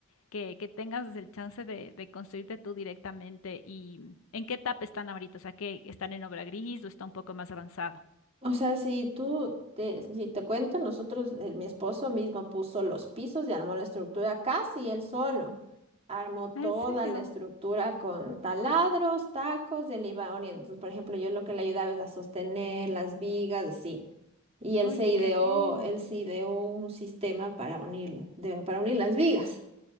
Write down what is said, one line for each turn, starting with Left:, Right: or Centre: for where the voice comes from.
Left: que, que tengas el chance de, de construirte tú directamente. ¿Y en qué etapa están ahorita? O sea, que están en obra gris o está un poco más avanzado.
Right: O sea, si tú te, si te cuento, nosotros, eh, mi esposo mismo puso los pisos y armó la estructura casi él solo. Armó toda
Left: Ah, ¿En serio?
Right: la estructura con taladros, tacos, él iba orientando. Por ejemplo, yo lo que le ayudaba es a sostener las vigas, así. Y él
Left: Oye,
Right: se ideó,
Left: qué bien.
Right: él se ideó un sistema para unir, de- para unir las vigas.